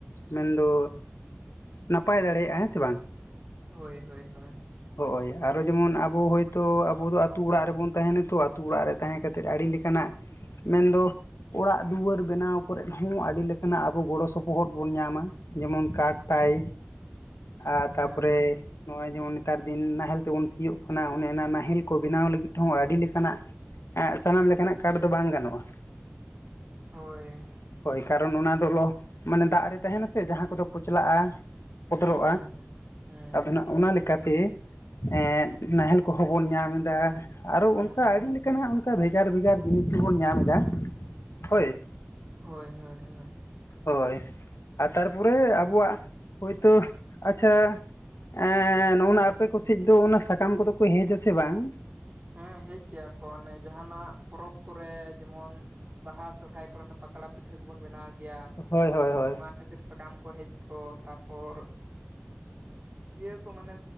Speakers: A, on the left; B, on the right.
A: ᱢᱮᱱᱫᱚ ᱱᱟᱯᱟᱭ ᱫᱟᱲᱮᱭᱟᱜᱼᱟ ᱦᱮᱸ ᱥᱮ ᱵᱟᱝ᱾
B: ᱦᱳᱭ ᱦᱳᱭ ᱦᱳᱭ᱾
A: ᱦᱚᱜᱼᱚᱭ ᱟᱨᱚ ᱡᱮᱢᱚᱱ ᱟᱵᱚ ᱦᱚᱭᱛᱚ ᱟᱵᱚ ᱫᱚ ᱟᱛᱩ ᱚᱲᱟᱜ ᱨᱮᱵᱚᱱ ᱛᱟᱦᱮᱱᱟ ᱛᱚ, ᱟᱛᱳ ᱚᱲᱟᱜ ᱨᱮ ᱛᱟᱦᱮᱸ ᱠᱟᱛᱮᱫ ᱟᱹᱰᱤ ᱞᱮᱠᱟ ᱠᱟᱱᱟᱜ ᱢᱮᱱᱫᱚ ᱚᱲᱟᱜ ᱫᱩᱣᱟᱹᱨ ᱵᱮᱱᱟᱣ ᱠᱚᱨᱮᱫ ᱦᱚᱸ ᱟᱹᱰᱤ ᱞᱮᱠ ᱠᱟᱱᱟᱜ ᱟᱵᱚ ᱜᱚᱲᱚ ᱥᱚᱯᱚᱦᱚᱫ ᱵᱚᱱ ᱧᱟᱢᱟ᱾ ᱡᱮᱢᱚᱱ ᱠᱟᱴ ᱛᱟᱭ ᱟ
B: ᱦᱮᱸ
A: ᱛᱟᱯᱚᱨᱮ
B: ᱦᱮᱸ
A: ᱱᱚᱜᱼᱚᱭ ᱡᱮᱢᱚᱱ ᱱᱮᱛᱟᱨ ᱫᱤᱱ ᱱᱟᱦᱮᱞ ᱛᱮᱵᱚᱱ ᱥᱤᱭᱳᱜ ᱠᱟᱱᱟ ᱚᱱᱮ ᱚᱱᱟ ᱱᱟᱦᱮᱞ ᱠᱚ ᱵᱮᱱᱟᱣ ᱞᱟᱹᱜᱤᱫ ᱦᱚᱸ ᱟᱹᱰᱤ ᱞᱮᱠᱟᱱᱟᱜ ᱮᱸᱜ ᱥᱟᱱᱟᱢ ᱞᱮᱠᱟᱱᱟᱜ ᱠᱟᱰ ᱫᱚ ᱵᱟᱝ ᱜᱟᱱᱚᱜᱼᱟ᱾
B: ᱦᱚᱭ᱾
A: ᱦᱳᱭ ᱠᱟᱨᱚᱱ ᱚᱱᱟ ᱫᱚ ᱞᱚ ᱢᱟᱱᱮ ᱫᱟᱜ ᱨᱮ ᱛᱟᱦᱮᱱᱟ ᱥᱮ ᱡᱟᱦᱟᱸ ᱠᱚᱫᱚ ᱯᱚᱪᱞᱟᱜᱼᱟ ᱯᱚᱫᱨᱚᱜᱼᱟ
B: ᱦᱮᱸ ᱦᱮᱸ ᱦᱮᱸ ᱦᱮᱸ
A: ᱟᱫᱚ ᱱᱟᱜ ᱚᱱᱟ ᱞᱮᱠᱟᱛᱮ ᱮᱸ ᱱᱟᱦᱮᱞ ᱠᱚᱦᱚᱸ ᱵᱚᱱ ᱧᱟᱢᱫᱟ ᱟᱨᱚ
B: ᱦᱮᱸ
A: ᱚᱱᱠᱟ
B: ᱦᱮᱸ
A: ᱟᱹᱰᱤ ᱞᱮᱠ ᱠᱟᱱᱟᱜ ᱚᱱᱠᱟ ᱵᱷᱮᱜᱟᱨ ᱵᱷᱮᱜᱟᱨ ᱡᱤᱱᱤᱥ ᱜᱮᱵᱚᱱ ᱧᱟᱢᱫᱟ ᱦᱳᱭ᱾
B: ᱦᱳᱭ ᱦᱳᱭ ᱦᱳᱭ᱾
A: ᱦᱚᱭ ᱟᱨ ᱛᱟᱨᱯᱚᱨᱮ ᱟᱵᱚᱣᱟᱜ ᱦᱚᱭᱛᱚ ᱟᱪᱪᱷᱟ ᱮᱸ ᱱᱚᱜᱼᱚᱱᱟ ᱟᱯᱮ ᱠᱚᱥᱡ ᱫᱚ ᱚᱱᱟ ᱥᱟᱠᱟᱢ ᱠᱚᱫᱚ ᱠᱚ ᱦᱮᱡᱟ ᱥᱮ ᱵᱟᱝ?
B: ᱦᱮᱸ ᱦᱮᱡ ᱜᱮᱭᱟ ᱠᱚ ᱚᱱᱮ ᱡᱟᱦᱟᱱᱟᱜ ᱯᱚᱨᱚᱵᱽ ᱠᱚᱨᱮ ᱡᱮᱢᱚᱱ ᱵᱟᱦᱟ ᱥᱚᱨᱚᱦᱟᱭ ᱠᱚᱨᱮ ᱯᱟᱛᱲᱟ ᱯᱤᱴᱷᱟᱹ ᱵᱚᱱ ᱵᱮᱱᱟᱣ ᱜᱮᱭᱟ
A: ᱦᱳᱭ ᱦᱳᱭ ᱦᱳᱭ
B: ᱚᱱᱟ ᱠᱷᱟᱹᱛᱤᱨ ᱥᱟᱠᱟᱢ ᱠᱚ ᱦᱮᱡ ᱠᱚᱜ ᱛᱟᱨᱯᱚᱨ ᱤᱭᱟᱹ ᱠᱚ ᱢᱟᱱᱮ